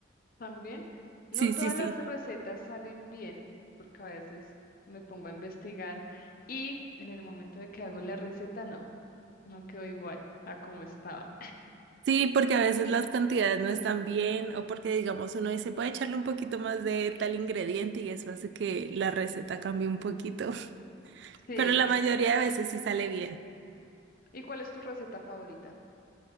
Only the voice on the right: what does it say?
Sí,
sí, sí.
Sí, porque a veces las cantidades no están bien o porque digamos uno dice, puede echarle un poquito más de tal ingrediente y eso hace que la receta cambie un poquito, <laughs>
pero la mayoría de veces sí sale bien.